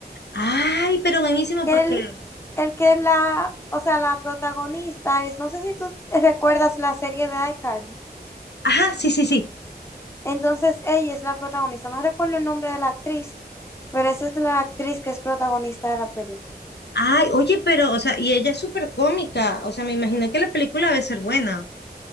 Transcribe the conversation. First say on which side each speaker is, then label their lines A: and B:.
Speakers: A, on the left; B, on the left.
A: Ay, pero buenísimo
B: el,
A: porque,
B: el que la... O sea, la protagonista es... No sé si tú recuerdas la serie de iCarly.
A: ajá, sí, sí, sí.
B: Entonces ella es la protagonista. No recuerdo el nombre de la actriz, pero esa es la actriz que es protagonista de la película.
A: Ay, oye, pero, o sea, y ella es súper cómica, o sea, me imagino que la película debe ser buena.